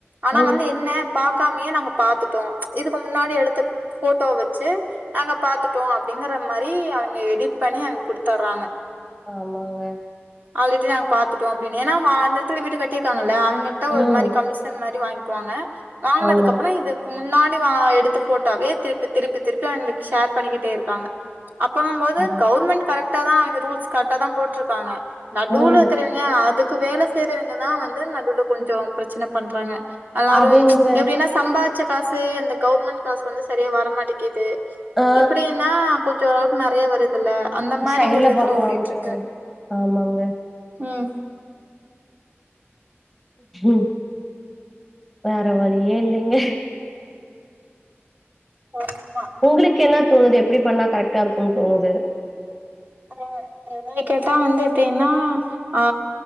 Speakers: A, on the right (about 40°); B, in the centre.
A: ஆனா
B: ம்
A: வந்து என்ன பாக்காமயே நாங்க பாத்துட்டோ இதுக்கு முன்னாடி எடுத்த ஃபோட்டோ வெச்சு நாங்க பாத்துட்டோ அப்டிங்கற மாரி அவைங்க எடிட் பண்ணி அவைங்க குடுத்தறாங்க
B: ஆமாங்க
A: ஆல்ரெடி நாங்க பாத்துட்டோ அப்டின்னு ஏன்னா அந்தெடத்துல வீடு கட்டிருக்காங்கல்ல அவங்கெட்ட ஒரு
B: ம்
A: மாரி கமிஷன் மாரி வாங்கி க்குவாங்க வாங்குனதுக்கு
B: ஆமாங்க.
A: அப்புறோ இது முன்னாடி வா எடுத்த ஃபோட்டோவே திருப்பி திருப்பி திருப்பி அவிங்குளுக்கு ஷேர் பண்ணிக்கிட்டே இருக்காங்க அப்பங்கம் போது
B: ஆமாங்க.
A: கவர்மெண்ட் கரெக்டா தா அவங்க ரூல்ஸ் கரெக்ட தா போட்டிருக்காங்க நடுவுல
B: ம்
A: இருக்கறவைங் க அதுக்கு வேல செய்றவங்கதா வந்து நடுல கொஞ்சோ பிரச்சன பண்றாங்க எல்லாரும்
B: அவிங்க
A: எப்புடின்னா சம்பாதிச்ச காசு அந்த கவுவர்மெண்ட் காசு வந்து சரியா வரமாட்டேக்கிது
B: ஆ
A: இப்டின்னா கொஞ்ச ஒரளவுக்கு நெறைய வருது இல்ல அந்த மாரி
B: சைடுல
A: ஒரு இதுல
B: பாக்கலான்ட்டு
A: ஓடிட்டுட்ருக்கு
B: ஆமாங்க
A: ம்
B: ம் வேற வழியே இல்லைங்க
A: <unintelligible>
B: உங்குளுக்கு என்னா தோணுது எப்புடி பண்ணா கரெக்டா இருக்கும்னு தோணுது
A: அ அ என்னைய கேட்டா வந்து எப்டின்னா அ